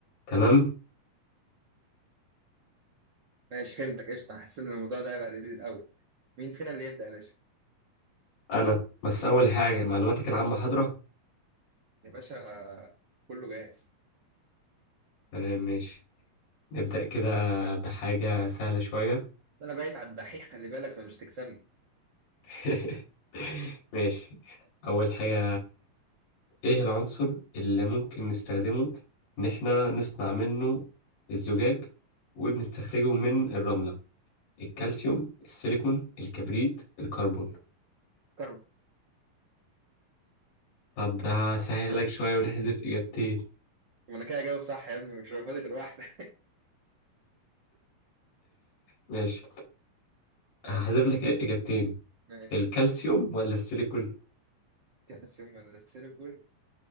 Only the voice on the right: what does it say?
ماشي فهمتك قشطة حاسس إن الموضوع ده هيبقى لذيذ قوي مين فينا اللي يبدأ يا باشا
يا باشا آه، كله جاهز
أنا بايت على الدحيح خلي بالك فمش تكسبني
كرب
وأنا كده هجاوب صح يا ابني مش فاضي غير واحدة
<laughs>
آه،
ماشي
كالسيوم ولا السيليكون